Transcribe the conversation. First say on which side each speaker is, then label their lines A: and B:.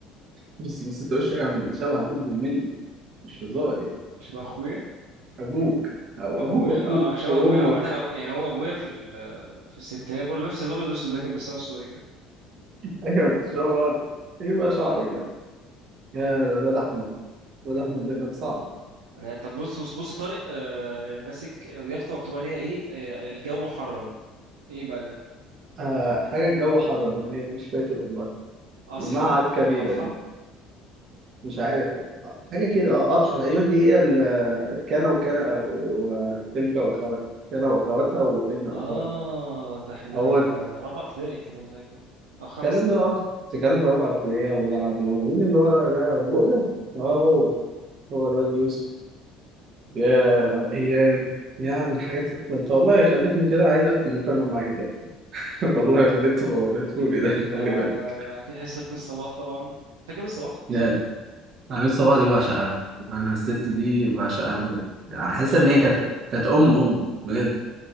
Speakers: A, on the right (about 45°); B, on the right (about 70°).
A: بس بس انت وشك عامل شبه ابوك بالملي مش هزار يعني
B: شبه اخويا
A: ابوك او
B: ابويا
A: ابوك واخوك
B: اه شبه
A: وامك
B: ابويا عامة أنا- يعني هو ابويا في ال في الستينات برضه نفس الابيض والاسود ده كان بيستنى في الصورة دي كده
A: ايوه انت شبه بعض ايه بقى شعرك ده يا الواد احمد الواد احمد ده كان صعب
B: آه، طب بص بص بص يا طارق آه ماسك يافطة مكتوب عليها ايه آه الجو حرم ايه بقى ده
A: آه حاجه الجو حر ايه مش فاكر والله
B: اصحى
A: المعهد كبيره
B: اضحى
A: دي مش عارف حاجه كده اه قطحه تقريبا دي هي ال- كان وكان وتلك واخواتها كان واخواتها وابن واخواتها
B: اه ده احنا
A: هو
B: رابعة ابتدائي الكلام ده اكيد او خمسة
A: الكلام
B: كمان
A: ده اه تتكلم في رابعة ابتدائي ولا عم- مين اللي ورا ده بؤلة اه هو هو الواد يوسف ياه على الأيام يعني الحاجات اللي أنت والله خليتني كده عايز أقفل المكالمة معاك دلوقتي <laughs> والله اللي أنت وريتهولي ده
B: ده
A: <laughs> خلي بالك
B: اكيد حصة من الصباح طبعا فاكر من الصباح
A: لا عميد صباح دي بعشقها انا الست دي بعشقها بجد يعني حاسس
B: آم،
A: ان هي كانت كانت ام ام بجد